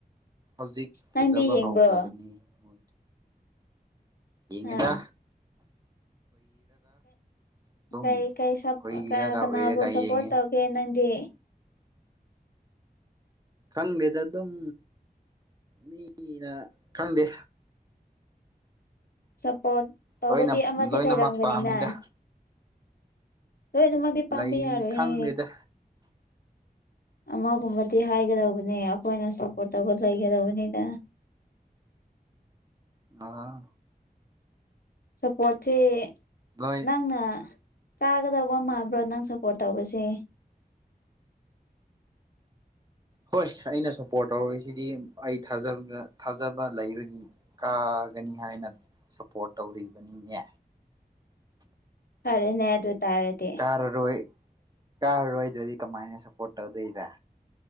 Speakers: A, on the right; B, on the left.
A: ꯍꯧꯖꯤꯛ
B: ꯅꯪꯗꯤ
A: ꯐꯖꯕ
B: ꯌꯦꯡꯕ꯭ꯔꯣ
A: ꯍꯧꯈ꯭ꯔꯕꯅꯤ ꯃꯣꯏꯗ ꯏꯉꯗ
B: ꯑ
A: ꯑꯗꯨꯝ
B: ꯀꯩ ꯀꯩ
A: ꯑꯣꯏꯔꯒ
B: ꯀꯅꯥꯕꯨ
A: ꯑꯣꯏꯔꯒ
B: ꯁꯄꯣꯔꯠ
A: ꯌꯦꯡꯉꯦ
B: ꯇꯧꯒꯦ ꯅꯪꯗꯤ
A: ꯈꯪꯗꯦꯗ ꯑꯗꯨꯝ ꯃꯤꯅ ꯈꯪꯗꯦ
B: ꯁꯞꯄꯣꯔꯠ ꯇꯧꯕꯗꯤ
A: ꯂꯣꯏꯅ
B: ꯑꯃꯗꯤ
A: ꯂꯣꯏꯅꯃꯛ
B: ꯂꯩꯔꯝꯒꯅꯤꯅ
A: ꯄꯥꯝꯃꯤꯗ
B: ꯍꯣꯏ ꯑꯗꯨꯃꯗꯤ ꯄꯝꯕꯤꯔ
A: ꯂꯩ ꯈꯪꯗꯦꯗ
B: ꯍꯦ ꯑꯃꯒꯨꯝꯕꯗꯤ ꯍꯥꯏꯒꯗꯧꯕ ꯑꯩꯈꯣꯏꯅ ꯁꯄꯣꯠ ꯇꯧꯕ ꯂꯩꯒꯦꯗꯧꯕꯅꯤꯗ
A: ꯑꯥ
B: ꯁꯞꯄꯣꯔꯠꯁꯦ
A: ꯂꯣꯏ
B: ꯅꯪꯅ ꯆꯥꯒꯗꯧꯕ ꯃꯥꯟꯕ꯭ꯔꯣ ꯅꯪ ꯁꯄꯣꯔꯠ ꯇꯧꯕꯁꯦ
A: ꯍꯣꯏ ꯑꯩꯅ ꯁꯄꯣꯔꯠ ꯇꯧꯔꯔꯤꯁꯤꯗꯤ ꯑꯩ ꯊꯥꯖ ꯊꯥꯖꯕ ꯂꯩꯕꯒꯤ ꯀ ꯐꯒꯅꯤ ꯍꯥꯏꯅ ꯁꯞꯄꯣꯔꯠ ꯇꯧꯔꯤꯕꯅꯤꯅꯦ
B: ꯐꯔꯦꯅꯦ ꯑꯗꯨ ꯇꯥꯔꯗꯤ
A: ꯀꯥꯔꯔꯣꯏ ꯀꯥꯔꯔꯣꯏꯗ꯭ꯔꯗꯤ ꯀꯃꯥꯏꯅ ꯁꯞꯄꯣꯔꯠ ꯇꯧꯗꯣꯏꯕ